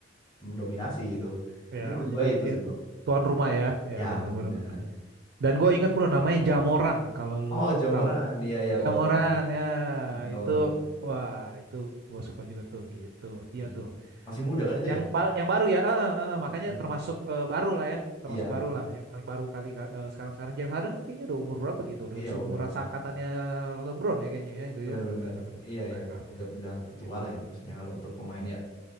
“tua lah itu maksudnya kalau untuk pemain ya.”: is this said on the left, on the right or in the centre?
Left